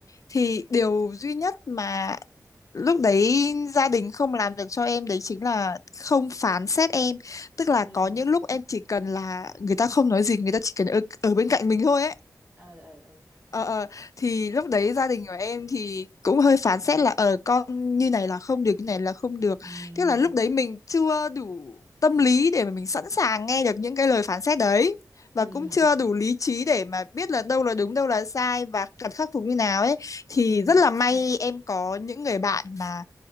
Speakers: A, on the left (about 55°); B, on the right (about 25°).
A: thì điều duy nhất mà lúc đấy gia đình không làm được cho em đấy chính là không phán xét em tức là
B: ừ
A: có những lúc em chỉ cần là người ta không nói gì người ta chỉ cần ở, ở bên cạnh mình thôi ấy
B: ừ ừ ừ
A: ờ ờ thì lúc đấy gia đình của em thì cũng hơi phán xét là ờ con như này là không được như này là không được
B: ừ
A: tức là lúc đấy mình chưa đủ tâm lý để mà mình sẵn sàng nghe được những cái lời phán xét đấy và
B: ừ.
A: cũng chưa đủ lý trí để mà biết là đâu là đúng đâu là sai và cần khắc phục như nào ấy thì
B: ừ
A: rất là may em có những người bạn mà